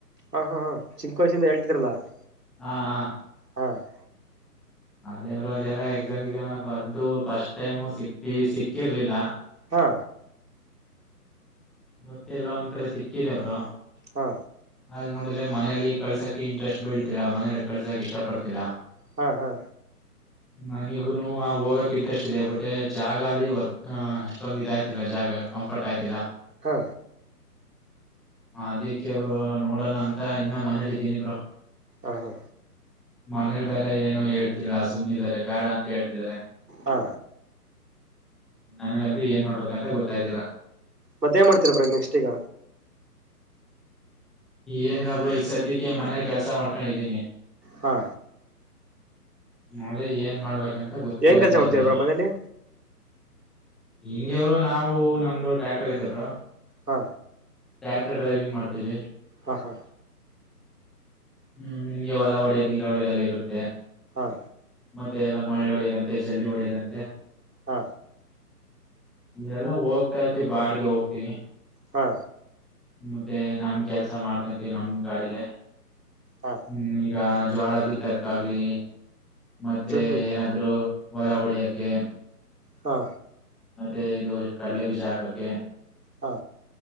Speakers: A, on the right; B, in the centre.
A: ಹಾ ಹಾ ಹಾ ಚಿಕ್ಕ ವಯಸ್ಸಿಂದ ಹೇಳ್ತಿದ್ರಲ್ಲಾ <inaudible>
B: ಹಾ ಹ <inaudible>
A: ಹಾ <inaudible>
B: ಅದೇ ಬರುೋ ಅದೆಲ್ಲಾ ಎಕ್ಸಾಮ್ ಎಕ್ಸಾಮ್ ಎಲ್ಲ ಬರ್ದು ಫಸ್ಟ್ ಟೈಮ್ ಸಿಕ್ ಸಿಕ್ಕಿರ್ಲಿಲ್ಲ <inaudible>
A: ಹಾ
B: ಮತ್ತೆ ಎಲ್ಲಾ ಒಂದ್ ಕಡೆ ಸಿಕ್ಕಿದೆ ಬ್ರೋ
A: ಹಾ
B: ಅಲ್ಲಿ ನೋಡಿದ್ರೆ ಮನಲಿ ಕಳ್ಸಕ ಇಂಟ್ರೆಸ್ಟ್ ಬೀಳ್ತಿಲ್ಲ ಮನೇಲಿ ಕಳ್ಸಕ್ ಇಷ್ಟ ಪಡ್ತಿಲ್ಲಾ
A: ಹಾ ಹಾ
B: ಮನಿಗು ಹೋಗಕ್ ಇಂಟ್ರೆಸ್ಟ್ ಇದೆ ಬಟ್ೆ ಜಾಗ ಅಲ್ಲಿ ವರ್ಕ್ ಅಷ್ಟೊಂದ ಇದಾಯ್ತಿಲ್ಲ ಜಾಗ ಕಂಫರ್ಟ್ ಆಯ್ತಿಾ
A: ಹಾ
B: ಅದಿಕ್ಕೆ ಅವರು ನೋಡೋಣ ಅಂತ ಇನ್ನ ಮನೇಲಿಿದ್ದೀನಿಬ್ರು
A: ಹ ಹಾ
B: ಮನೇಲ್ ಬೇರೆ ಏನು ಹೇಳ್ ಗತ್ತಳ ಸುಮ್ಮ್ನಿದ್ದಾರೆ ಬೇಡ ಅಂತ ಹೇಳ್ತಿದಿದ್ದಾರೆ
A: ಹಾ
B: ನನಗಲ್್ದು ಏನ್ ಮಾಡ್ಬೇಕಂತ ಗೊತ್ತಾಯ್ದಿಲ್ಲ
A: ಮತ್ತೆೇಏನ್ ಮಾಡ್ತೀರಾ ಬ್ರೋ ಇಗ ನೆಕ್ಸ್ಟ್ ಈಗ
B: ಏನಿಲ್ಲ ಬ್ರೋ ಈಗ ಸದ್ಯಕ್ಕೆ ಮನೇಲಿ ಕೆಲ್ಸ ಮಾಡ್ಕೊಂಡಿದ್ದೀನಿ
A: ಹಾ
B: ಮದೇ ಏನ್ ಮಾಡ್ಬೇಕಂತ ಗೊತ್ತಾಯ್ತಾ
A: ಏನ್ ಕೆಲ್ಸ
B: ಇಲ್ಲ
A: ಮಾಡ್ತೀರ
B: ಈಗ
A: ಬ್ರೋ ಮನೇಲಿ
B: ಹಿಂಗೇ ಬ್ರೋ ನಾವು ನಮ್ದು ಟ್ರ್ಯಾಕ್ಟರ್ ಇದ್ದೆ ಬ್ರೋ
A: ಹಾ
B: ಟ್ಯಾಕ್ಟರ್ ಡ್ರೈವಿಂಗ್ ಮಾಡ್ತೀವಿ
A: ಹಾ ಹಾ
B: ಹ್ಮ್ ನಿಮ್ಗೆ ಹೊಲ ಹೊಡೆಯೋದು ಗಿಲ ಹೊಡೆಯೋದೆಲ್ಲ ಇರುತ್ತೆ
A: ಹ
B: ಮತ್ತೆ ಎಲ್ಲ ಮಳ್ಳೆ ಹೊಡೆಯರಂತೆ ಜಲ್ಲಿ ಹೊಡೆಯದಂತೆ
A: ಹಾ
B: ಎಲ್ಲ ಹೋಗ್ತಾ ಇರ್ತಿವಿ ಬಾಡಗೆ ಹೋಗ್ತಿವಿ
A: ಹಾ
B: ಮತ್ತೆ ನಮ ಕೆಲ್ಸ ಮಾಡ್ಕೊಂತೀವಿ ನಮ ಗಾಡಿಲೆ
A: ಹಾ
B: ಹ್ಮ್ ಈಗ ಜೋಳ ಬಿತ್ತದಕ ಆಾಗ್ಲಿ ಮತ್ತೆ
A: ಹ್ಮ್ ಹ್ಮ್
B: ಏನಾದ್ರು ಹೊಲ ಹೊಡಿಯಕ್ಕೆ
A: ಹಾ
B: ಮತ್ತೆ ಇದು ಕಡಲೆ ಬೀಜ ಹಾಕಕ್ಕೆ
A: ಹಾ